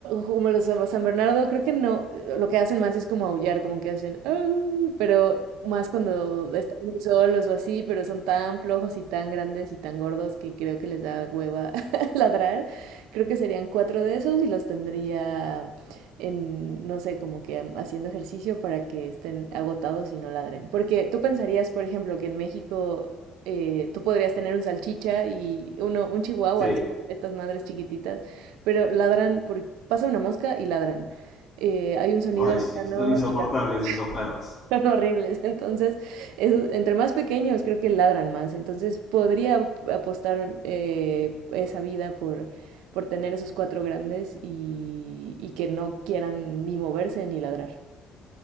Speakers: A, on the right; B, on the left.
A: como los San Bernardo, creo que no, lo que hacen más es como aullar, como que hacen, "Au", pero más cuando están muy solos o así, pero son tan flojos y tan grandes y tan gordos que creo que les da hueva <laughs> ladrar. Creo que serían cuatro de esos y los tendría en, no sé, como que haciendo ejercicio para que estén agotados y no ladren. Porque tú pensarías, por ejemplo, que en México... eh, tú podrías tener un salchicha y uno, un chihuahua,
B: Sí.
A: que son estas madres chiquititas, pero ladran por pasa una mosca y ladran. Eh, hay un sonido
B: Ay,
A: lejano
B: sí, son insoportables
A: y ladran.
B: esos perros.
A: <laughs> Son horribles. Entonces, es- entre más pequeños creo que ladran más. Entonces, podría ap- apostar eh, esa vida por, por tener esos cuatro grandes y, y que no quieran ni moverse ni ladrar.